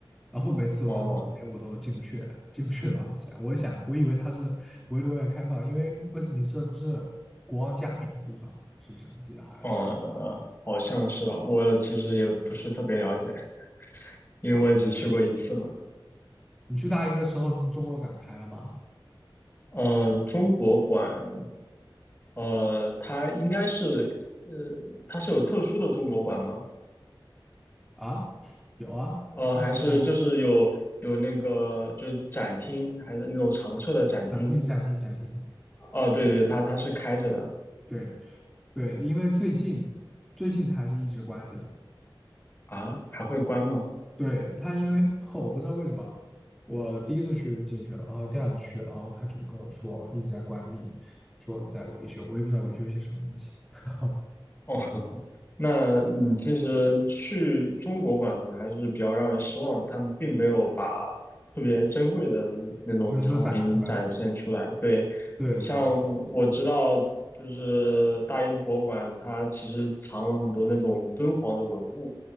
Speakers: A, in the centre; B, on the left (about 25°).
A: 然后每次到他们里面我都进不去，
B: 哦，
A: 进不去了。想我想，我以为他是不会对外开放，因为威斯敏斯不是国王加冕的地方嘛，是不是？我记得好像是。
B: 呃，好像是吧。我其实也不是特别了解，因为我也只去过一次嘛。
A: 好，你去大英的时候，中国馆开了吗？
B: 呃，中国馆，呃，它应该是，呃，它是有特殊的中国馆吗？
A: 啊，有啊，
B: 呃，
A: 就是在
B: 还是就是有有那个就是展厅，还是那种常设的展厅？
A: 展厅、展厅、展厅。
B: 哦，对对，它它是开着的。
A: 对对，因为最近最近它还是一直关着的，
B: 啊，还会关吗？
A: 对，他因为 <laughs> 我不知道为什么，我第一次去进去了，然后第二次去了，然后他就跟我说一直在关闭，说在维修，我也不知道维修些什么东西，<laughs> 然后
B: 哦，<laughs> 那嗯，其实去中国馆呢还是比较让人失望的，他们并没有把特别珍贵的那种藏品展现出来。
A: 东西都展出来。
B: 对，
A: 对对
B: 像我知道，就是大英博物馆，它其实藏了很多那种敦煌的文物，